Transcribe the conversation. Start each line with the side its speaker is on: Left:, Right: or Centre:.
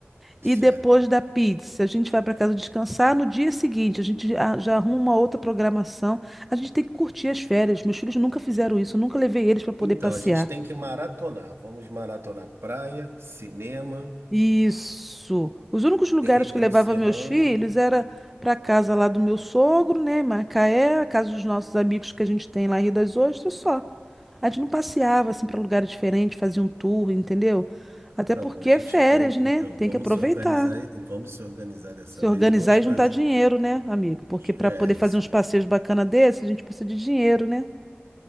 Right: Certo.
Centre: E depois da pizza, a gente vai para casa descansar. No dia seguinte, a gente a- já arruma uma outra programação. A gente tem que curtir as férias. Meus filhos nunca fizeram isso. Eu nunca levei eles para poder
Right: Então,
Centre: passear.
Right: a gente tem que maratonar. Vamos maratonar praia, cinema,
Centre: Isso. Os únicos lugares
Right: eh, região
Centre: que eu levava
Right: serrana.
Centre: meus filhos era para casa lá do meu sogro, né, em Macaé, a casa dos nossos amigos que a gente tem lá em Rio das Ostras, só. A gente não passeava assim para lugares diferentes, fazia um tour, entendeu? Até
Right: Então,
Centre: porque
Right: a gente
Centre: é férias,
Right: tem,
Centre: né?
Right: então,
Centre: Tem
Right: vamos
Centre: que aproveitar,
Right: se organizar e vamos se organizar dessa
Centre: se organizar
Right: vez e vamos fazer.
Centre: e juntar dinheiro, né, amigo? Porque para
Right: É,
Centre: poder fazer
Right: isso.
Centre: uns passeios bacana desses, a gente precisa de dinheiro, né?